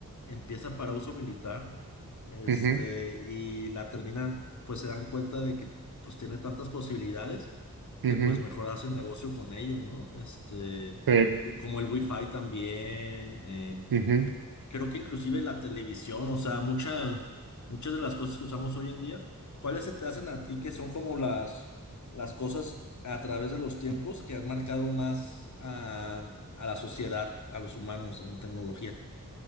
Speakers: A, on the left (about 55°); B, on the right (about 85°).
A: empieza para uso militar, este,
B: ujú,
A: y la terminan, pues se dan cuenta de que pues tiene tantas posibilidades que
B: ujú,
A: pues mejor hacen negocio con ello, ¿no? Este,
B: sí,
A: y como el Wi-Fi también, eh,
B: ujú.
A: creo que inclusive la televisión, o sea, muchas, muchas de las cosas que usamos hoy en día, ¿cuáles se te hacen a ti que son como las, las cosas a través de los tiempos que han marcado más a, a la sociedad, a los humanos en tecnología?